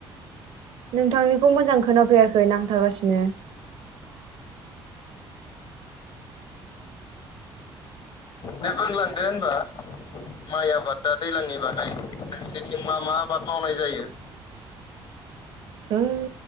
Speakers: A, on the right; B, on the left.
A: नोंथांनिखौ मोजां खोनाफैाखै नांथागासिनो।
B: दे बुंलांदो होनबा माइ आबाद दा दैज्लांनि बागै नोंसिोरनिथिं मा मा आबाद मावनाय जायो?
A: <unintelligible>